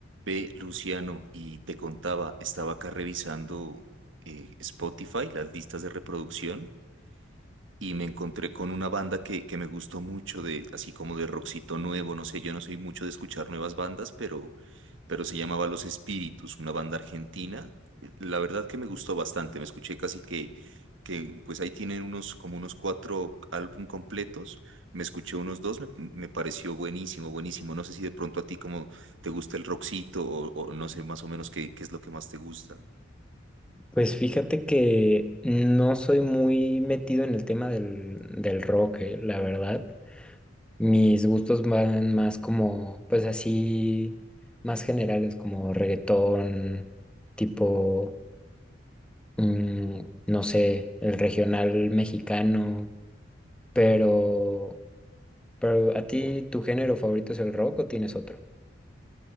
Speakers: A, on the right (about 75°); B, in the centre.
A: Ve, Luciano, y te contaba, estaba acá revisando eh, Spotify, las listas de reproducción, y me encontré con una banda que, que me gustó mucho, de, así como de rockcito nuevo, no sé, yo no soy mucho de escuchar nuevas bandas, pero, pero se llamaba Los Espíritus, una banda argentina. La verdad que me gustó bastante, me escuché casi que, que pues ahí tienen unos, como unos cuatro álbum completos, me escuché unos dos, me, me pareció buenísimo, buenísimo. No sé si de pronto a ti como te gusta el rockcito o, o no sé más o menos qué, qué es lo que más te gusta.
B: Pues fíjate que no soy muy metido en el tema del, del rock, eh, la verdad. Mis gustos van más como, pues así, más generales, como reggaetón, tipo, mm, no sé, el regional mexicano. Pero, pero ¿a ti tu género favorito es el rock o tienes otro?